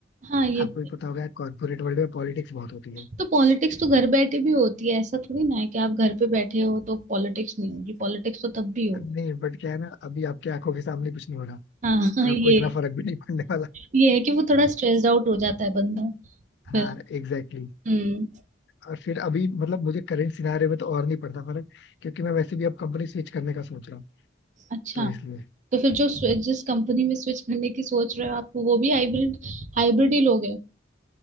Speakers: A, on the right (about 40°); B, on the left (about 60°).
A: हाँ ये
B: आपको भी पता होगा कॉर्पोरेट वर्ल्ड में पॉलिटिक्स बहुत होती है
A: तो पॉलिटिक्स तो घर बैठे भी होती है ऐसा थोड़ी ना है कि आप घर पे बैठे हो तो पॉलिटिक्स नहीं होगी पॉलिटिक्स तो तब भी होगी
B: नहीं बट क्या है ना अभी आपकी आंखों के सामने कुछ नहीं हो रहा
A: हाँ <laughs> हाँ,
B: और
A: ये
B: आपको इतना फर्क भी नहीं पड़ने वाला
A: ये है कि वो थोड़ा स्ट्रेस्ड आउट हो जाता है बंदा
B: हाँ
A: फिर
B: एग्जैक्टली exactly.
A: हम्म
B: और फिर अभी मतलब मुझे करंट सिनारियो में तो और नहीं पड़ता फर्क क्योंकि मैं वैसे भी अब कंपनी स्विच करने का सोच रहा हूँ
A: अच्छा
B: तो इसलिए
A: तो फिर जो स्व- जिस कंपनी में स्विच करने की सोच रहे हो आप वो भी हाइब्रिड हाइब्रिड ही लोगे